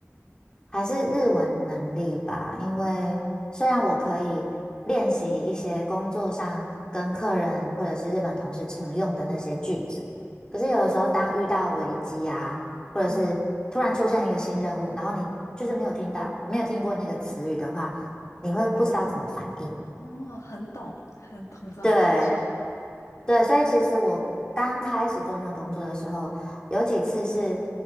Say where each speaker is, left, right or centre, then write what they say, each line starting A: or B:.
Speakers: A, on the left (about 15°); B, on the left (about 80°).
A: 还是日文能力吧，因为虽然我可以练习一些工作上跟客人或者是日本同事常用的那些句子，可是有的时候当遇到危机啊，或者是突然出现一个新任务，
B: 嗯，
A: 然后你就是没有听到，没有听过那个词语的话，你会不知道怎么反应。
B: 哦，很懂，很懂这种感受。
A: 对，对，所以其实我刚开始做那个工作的时候，有几次是